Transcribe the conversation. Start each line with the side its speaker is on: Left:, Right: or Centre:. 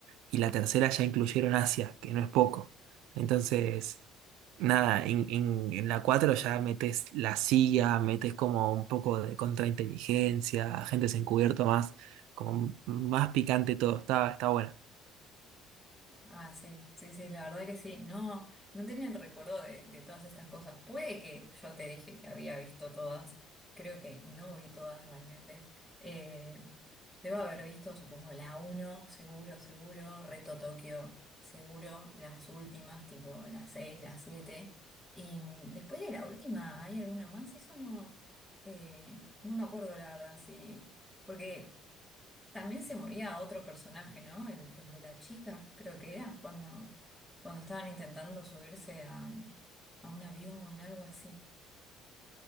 Right: Y la tercera ya incluyeron Asia, que no es poco. Entonces, nada, en, en- en la 4 ya metes la CIA, metes como un poco de contrainteligencia, agentes encubiertos más, como más picante todo. Está, está bueno.
Centre: Ah, sí, sí, sí, la verdad que sí. No, no tenía el recuerdo de, de todas estas cosas. Puede que yo te dije que había visto todas, creo que no vi todas realmente. Eh, debo haber visto, supongo, la uno, seguro, seguro, Reto Tokio, seguro, las últimas, tipo las 6, las 7. Y mm, después de la última, ¿hay alguna más? Eso no, eh, no me acuerdo la verdad, sí. Porque También se moría otro personaje, ¿no? El, el de la chica, creo que era, cuando, cuando estaban intentando subirse a, a un avión, algo así.